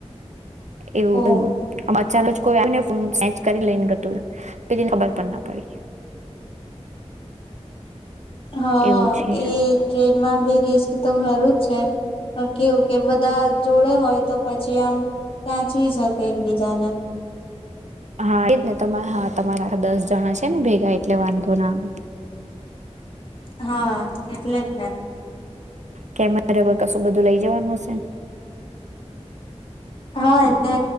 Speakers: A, on the right; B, on the left.
A: એવું
B: ઓ
A: થયું આ ચાલો જ કોઈ આવીને ફોન સેન્ચ કરી લઈને ગતું પેલી ને ખબર પણ ના પડી.
B: હા
A: એવું છે
B: એ ટ્રેનમાં ભી રિસ્ક તો ખરું જ છે પણ કેવું કે બધા જોડે હોય તો પછી આમ સાચવી શકે એકબીજાને.
A: હા એ જ ને હા તમારા દસ જણા છે ને ભેગા એટલે વાંધો ના આવે.
B: હા એટલે જ ને.
A: કેમેરે કોઈ કશું બધું લઇ જવાનું હશે?
B: હા એટલે